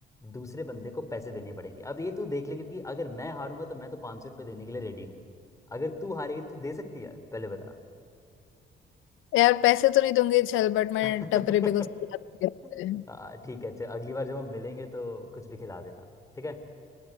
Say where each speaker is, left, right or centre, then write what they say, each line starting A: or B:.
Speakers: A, on the left (about 15°); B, on the left (about 80°).
A: दूसरे बंदे को पैसे देने पड़ेंगे अब ये तू देख ले क्योंकि अगर मैं हारूंगा तो मैं तो पाँच सौ रुपये देने के लिए रेडी हूँ अगर तू हारेगी तो तू दे सकती है पहले बता
B: यार पैसे तो नहीं दूंगी चल बट मैं
A: <laughs>
B: टपरी पे कुछ खिला दूंगी।
A: हाँ ठीक है अच्छा अगली बार जब हम मिलेंगे तो कुछ भी खिला देना ठीक है